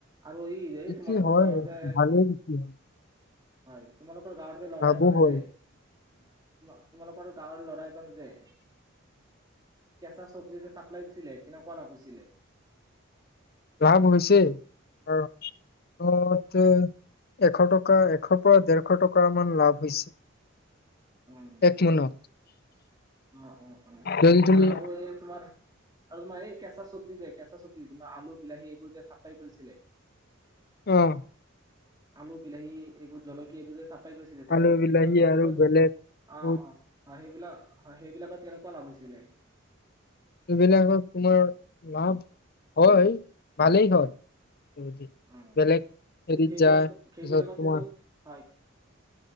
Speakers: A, on the right; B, on the left.
A: আৰু ই এই
B: বিক্ৰী
A: তোমালোকৰ
B: হয়
A: গাঁৱৰ যে,
B: ভালেই বিক্ৰী হয়
A: হয়, তোমালোকৰ গাঁৱৰ যে ল'ৰা
B: লাভো
A: এজনে
B: হয়
A: যে, তোমা তোমালোকৰ গাঁৱৰ ল'ৰাই <unintelligible> যে, কেঁচা চব্জিৰ যে চাপ্লাই দিছিলে, কেনেকুৱা লাভ হৈছিলে।
B: লাভ হৈছে। <unintelligible> অহ, তে এশ টকা, এশৰ পৰা ডেৰশ টকা মান লাভ হৈছে।
A: অহ।
B: এক মোনত
A: অ', অ', অ',
B: যদি তুমি
A: আৰু এই তোমাৰ আৰু তোমাৰ এই কেঁচা চব্জি যে, কেঁচা চব্জি তোমাৰ আলু, বিলাহী এইবোৰ যে চাপ্লাই কৰিছিলে।
B: অহ।
A: আলু, বিলাহী এইবো জলকীয়া এইবোৰ যে চাপ্লাই কৰিছিলে তেনেকুৱা
B: আলু
A: সেইবোৰত-সেইবোৰত
B: বিলাহী আৰু বেলেগ
A: অহ,
B: বুট
A: অহ, অ' সেইবিলাক অহ, সেইবিলাকত কেনেকুৱা লাভ হৈছিলে?
B: এইবিলাকত তোমাৰ লাভ হয়, ভালেই হয়। যদি
A: উম।
B: বেলেগ
A: কিন্তু,
B: হেৰিত
A: সেইবিলাক-সেইবিলাকত
B: যায় পিছত তোমাৰ
A: কিন্তু, হয়।